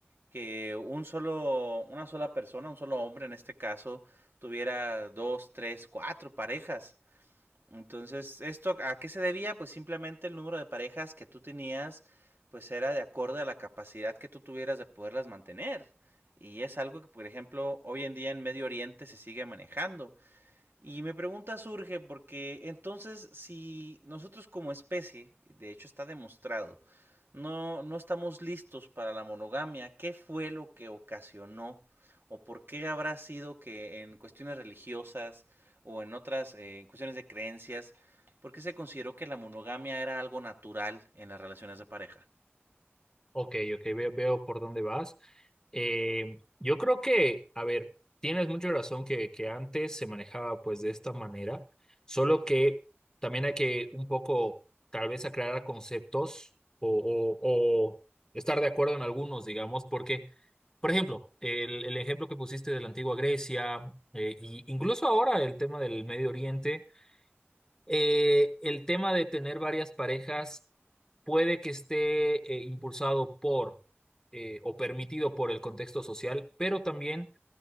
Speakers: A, on the right; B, on the left.
A: que un solo, una sola persona, un solo hombre en este caso, tuviera dos, tres, cuatro parejas. Entonces, ¿esto a qué se debía? Pues simplemente el número de parejas que tú tenías, pues era de acuerdo a la capacidad que tú tuvieras de poderlas mantener. Y es algo que, por ejemplo, hoy en día en Medio Oriente se sigue manejando. Y mi pregunta surge porque entonces si nosotros como especie, de hecho está demostrado, no, no estamos listos para la monogamia, ¿qué fue lo que ocasionó? ¿O por qué habrá sido que en cuestiones religiosas o en otras eh, en cuestiones de creencias, por qué se consideró que la monogamia era algo natural en las relaciones de pareja?
B: Ok, ok, veo, veo por dónde vas. Eh, yo creo que, a ver, tienes mucha razón que, que antes se manejaba pues de esta manera, solo que también hay que un poco tal vez aclarar conceptos o, o o estar de acuerdo en algunos, digamos, porque... Por ejemplo, el, el ejemplo que pusiste de la antigua Grecia, eh, y incluso ahora el tema del Medio Oriente, eh, el tema de tener varias parejas puede que esté eh, impulsado por eh, o permitido por el contexto social, pero también